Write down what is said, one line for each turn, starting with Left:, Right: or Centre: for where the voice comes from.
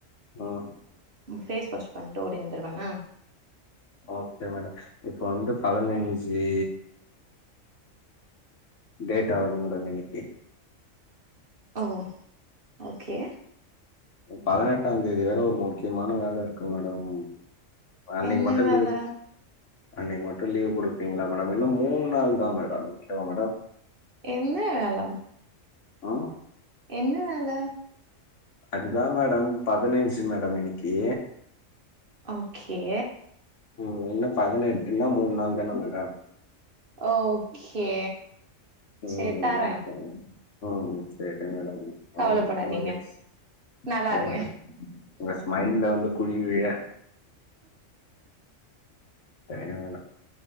Left: ம்
Right: ஃபேஸ் வாஷ் பண்ட்டு ஓடி வந்துருவே என்ன
Left: ஓக்கே மேட இப்ப வந்து பதினைஞ்சீ டேட்டாவுது மேடோ நினிப்பி
Right: ஓ ஓக்கே
Left: பதனெட்டாந்தேதி வேற ஒரு முக்கியமான வேலருக்கு மேடம் அன்னைக்கு
Right: என்ன
Left: மட்டு லீவ்
Right: வேல
Left: அன்னைக்கு மட்டு லீவ் குடுப்பீங்ளா மேடம் இன்னு மூண் நாள் தா மேடம் ஓக்கேவா மேடம்
Right: என்ன வேல
Left: ஆ
Right: என்ன வேல
Left: அதுதா மேடம் பதனெஞ்சு மேடம் இன்னிக்கு
Right: ஓக்கே
Left: ம் இன்னு பதனெட்டுன்னா மூண் நாள் தான மேடோ
Right: ஓக்கே
Left: ம்.
Right: செ தரே
Left: ஓகே. ம் செரி மேடம்
Right: கவலப்படாதீங்க
Left: ரொம்ப மிக்க மகிழ்ச்சி.
Right: நல்லாருங்க
Left: சரி மேடம். உங்க ஸ்மைல்ல வந்து குழி விழ செரிங்க மேடோ